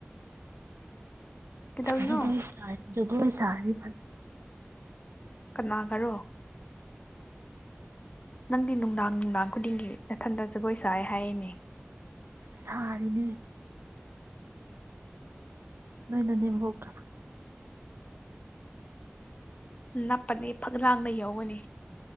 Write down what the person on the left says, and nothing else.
ꯀꯩꯗꯧꯔꯤꯅꯣ
ꯀꯅꯥꯒꯔꯣ ꯅꯪꯗꯤ ꯅꯨꯡꯗꯥꯡ ꯅꯨꯡꯗꯥꯡ ꯈꯨꯗꯤꯡꯒꯤ ꯃꯊꯟꯗ ꯖꯒꯣꯏ ꯁꯥꯏ ꯍꯥꯏꯔꯤꯅꯦ
ꯅꯞꯄꯅꯤ ꯐꯛ ꯂꯥꯡꯗ ꯌꯧꯒꯅꯤ